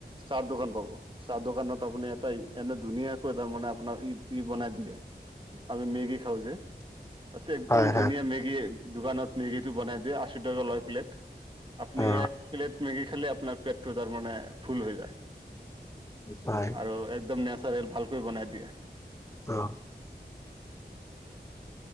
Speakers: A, on the right (about 30°); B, on the left (about 15°).
A: চাহ দোকান পাব চাহ দোকানত আপুনি এটা এনে ধুনীয়াকৈ তাৰমানে আপোনাৰ ই-ই বনাই দিয়ে আমি মেগী খাও যে। তাতে একদম
B: হয় হয়
A: ধুনীয়া মেগী দোকানত মেগী টো বনাই দিয়ে আশী টকা লয় প্লেট। আপুনি
B: অ
A: এক প্লেট মেগি খালে আপোনাৰ পেটটো তাৰ মানে ফুল হৈ যায়
B: হয়
A: আৰু একদম নেচাৰেল ভালকে বনাই দিয়ে
B: অ